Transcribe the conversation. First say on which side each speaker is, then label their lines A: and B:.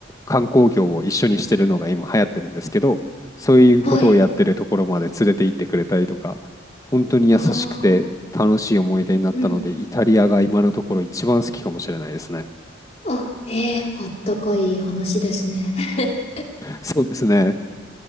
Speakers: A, on the left (about 15°); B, on the left (about 35°).
A: 観光業を一緒にしてるのが今流行ってるんですけど、そういうことをやってるところまで連れて行ってくれたりとか、
B: はい。
A: 本当に優しくて楽しい思い出になったので、
B: ああ。うんうんえうんはいうんうん
A: イタリアが今のところ一番好きかもしれないですね。
B: あ、ええあったかい話ですね。<laughs>
A: そうですね。